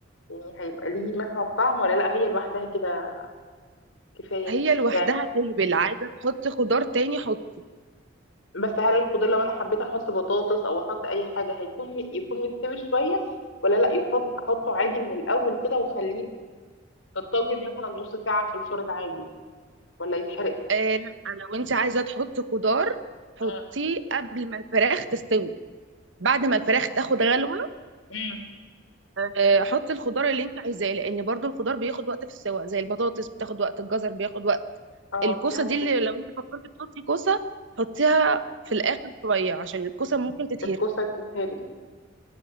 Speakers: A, on the left; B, on the right.
A: يعني هيبقى ليه مثلا طعم ولا لا هي لوحدها كده كفاية
B: هي لوحدها
A: يعني
B: تهبل عايزه تحط خضار تاني حط
A: بس هل الخضار لو انا حبيت احط بطاطس او احط اي حاجة هيكون يكون مستوي شوية ولا لا يحط احطه عادي من الاول كده واخليه في الطاجن مثلا نص ساعة في الفرن عادي ولا يتحرق
B: آه لا لو انت عايزه تحط خضار حطيه
A: مم.
B: قبل ما الفراخ تستوي بعد ما
A: اه
B: الفراخ تاخد غلوه
A: مم.
B: آه،
A: مم.
B: حطي الخضار اللي انت عايزاه لان برضو الخضار بياخد وقت في السوا زي البطاطس بتاخد وقت الجزر بياخد وقت
A: اه
B: الكوسه
A: فهمتك
B: دي اللي لو انت فكرتي تحطي كوسه حطيها في الاخر شويه عشان الكوسه ممكن تتهري
A: الكوسة تتهري